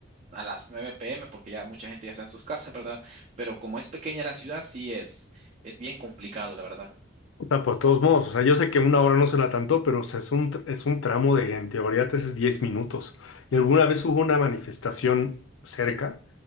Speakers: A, on the right; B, on the left.
A: a las 9 p.m. porque ya mucha gente ya está en sus casas, ¿verdad? Pero como es pequeña la ciudad, sí es, es bien complicado, la verdad.
B: O sea, por todos modos, o sea, yo sé que una hora no será tanto, pero o sea, es un, tr- es un tramo de, en teoría, te haces 10 minutos. Y alguna vez hubo una manifestación cerca